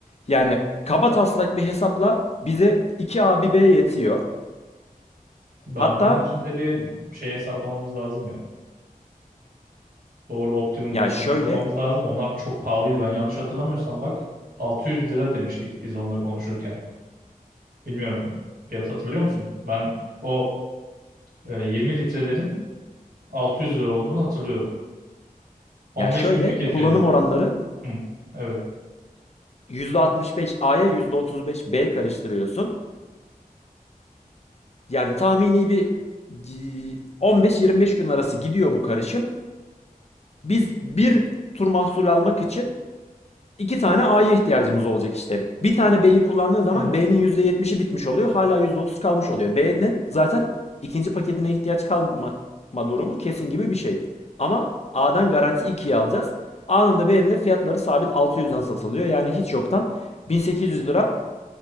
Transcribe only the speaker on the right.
Ya
bunun için de bir şey hesaplamamız lazım ya. Doğru optimum
bir sonuç
bulmamız lazım. Onlar çok pahalıydı. Ben yanlış hatırlamıyorsam bak 600 lira demiştik biz onunla konuşurken. Bilmiyorum. Fiyat hatırlıyor musun? Ben o e, 20 litrelerin 600 lira olduğunu hatırlıyorum. 15
günlük
yetiyor dedin.
Hı, evet.
Evet.